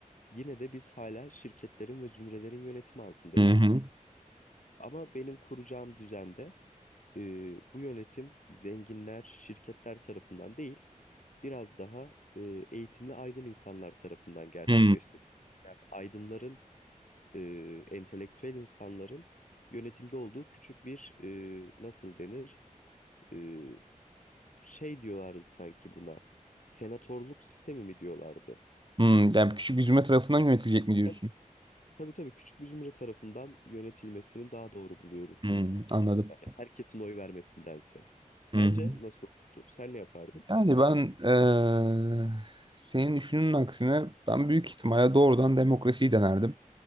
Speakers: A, on the left; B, on the right.
A: Yine de biz hala şirketlerin ve zümrelerin yönetimi altındayız.
B: Hı hı.
A: Ama benim kuracağım düzende e, bu yönetim zenginler, şirketler tarafından değil, biraz daha e, eğitimli aydın insanlar tarafından gerçekleştiriliyor.
B: Hı.
A: Yani aydınların, e, entelektüel insanların yönetimde olduğu küçük bir e, nasıl denir? E, şey diyorlardı sanki buna. Senatörlük sistemi mi diyorlardı?
B: Hmm, yani küçük bir zümre tarafından yönetilecek mi diyorsun?
A: Evet, tabii tabii Küçük bir zümre tarafından yönetilmesini daha doğru buluyorum.
B: Hmm, anladım.
A: Hani Herkesin oy vermesindense. Sence
B: Hı hı.
A: nasıl olurdu? Sen ne yapardın?
B: Yani ben eee, senin düşünün aksine ben büyük ihtimalle doğrudan demokrasiyi denerdim.